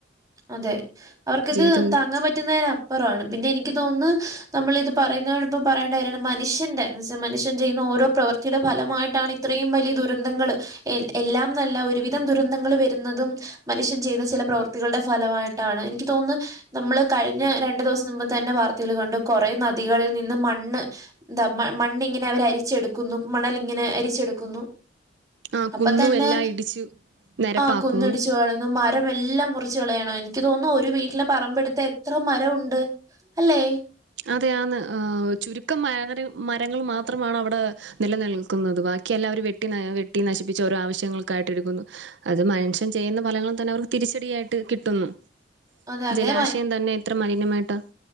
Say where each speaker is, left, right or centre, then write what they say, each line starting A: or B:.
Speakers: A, on the right (about 20°); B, on the right (about 80°).
A: അതെ അവർക്കിത്
B: ജീവിതത്തിൽ
A: താങ്ങാം പറ്റുന്നേന പ്പറവാണ് പിന്നെ എനിക്ക് തോന്ന്ന്ന് നമ്മളിത് പറയ്ന്നെനോടാെപ്പം പറെയേണ്ട കാര്യാണ് മന്ഷ്യന്റെ ന്ന് വെച്ചാ മനുഷ്യൻ ചെയ്യ്ന്ന ഓരോ പ്രവർത്തീടെ ഭലമായിട്ടാണ് ഇത്രേയും വലിയ ദുരന്തങ്ങള് എ എല്ലാംന്നല്ലാ ഒര് വിധം ദുരന്തങ്ങൾ വെര്ന്നതും മനുഷ്യൻ ചെയ്ത ചെല പ്രവർത്തികൾടെ ഫലമായ് ട്ടാണ് എനിക്ക് തോന്ന് നമ്മള് കഴിഞ്ഞ രണ്ട് ദ്‌വ്സം നുമ്പ് തന്നെ വാർത്തേല് കണ്ടു കാെറേ നദികൾൽ നിന്ന് മണ്ണ് താ മ മണ്ണിങ്ങെനെ അവെരരിച്ചെട്ക്കുന്നു മണല്ങ്ങെനെ അരിച്ചെട്ക്കുന്നു
B: ആ
A: അപ്പ
B: കുന്നുമെല്ലാം
A: തന്നെ
B: ഇടിച്ചു നിരപ്പാക്കുന്നു
A: ആഹ് കുന്നിടിച്ച് കളെന്നു മരമെല്ലാം മുറി ച്ച് കളയാണോ എനിക്ക് തോന്ന്ന്നു ഒര് വീട്ട്ലെ പറമ്പെട്ത്താ എത്ര മരവുണ്ട് അല്ലേ
B: അതെ ആന്ന് ആഹ് ചുരുക്കം മാ ഒര് മരങ്ങൾ മാത്രമാണ് അവ്ടേ നിലനിൽക്കുന്നത് ബാക്കി എല്ലാം അവര് വെട്ടി ന വെട്ടി നശിപ്പിച്ച്‌ ഓരോ ആവശ്യങ്ങൾക്കായ്ട്ട് എട്ക്കുന്നു അത് മനുഷ്യൻ ചെയ്യ്ന്ന ബലങ്ങൾ തന്നെ അവർക്ക് തിരിച്ചടിയായ്ട്ട് കിട്ട്ന്നു
A: അതെ. അങ്ങനെ
B: ജലാശയം തന്നെ എത്ര മലിനമായ്ട്ടാ